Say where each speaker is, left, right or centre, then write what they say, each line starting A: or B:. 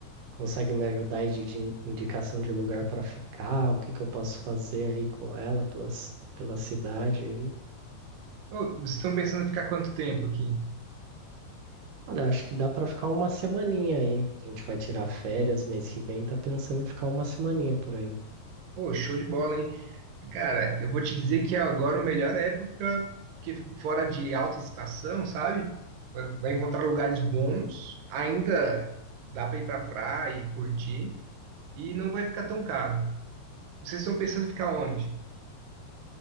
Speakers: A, on the right (about 65°); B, on the right (about 90°).
A: consegue me ajudar aí de, de in- indicação de lugar pra ficar? O que que eu posso fazer aí com ela pelas, pela cidade aí?
B: Ô, vocês estão pensando em ficar quanto tempo aqui?
A: Olha, acho que dá pra ficar uma semaninha aí. A gente vai tirar férias mês que vem, tá pensando em ficar uma semaninha por aí.
B: Ô, show de bola, hein? Cara, eu vou te dizer que agora é a melhor época, porque fora de alta estação, sabe? Vai vai encontrar lugares bons, ainda dá para ir pra praia e curtir, e não vai ficar tão caro. Vocês estão pensando em ficar onde?